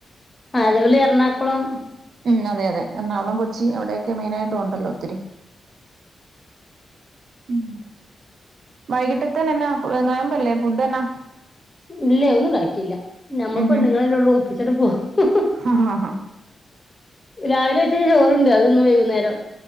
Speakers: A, on the left; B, on the right.
A: അതേപോലെ എറണാകുളം
B: ഉം അതെ അതെ എറണാകുളം, കൊച്ചി, അവിടെ മെയിൻ ആയിട്ടും ഉണ്ടല്ലോ ഒത്തിരി ഉം, വൈകിട്ട് എന്നാ നോയമ്പല്ലേ ഫുഡ് എന്നാ
A: ഇല്ലേ ഒന്നുംണ്ടാക്കിയില്ല ഞമ്മൾ
B: ഉം
A: പെണ്ണുങ്ങളല്ലെ ഉള്ളു <unintelligible>
B: ഹും
A: രാവിലെ വെച്ച ചോറുണ്ട് അത് ഇന്ന് വൈകുന്നേരം-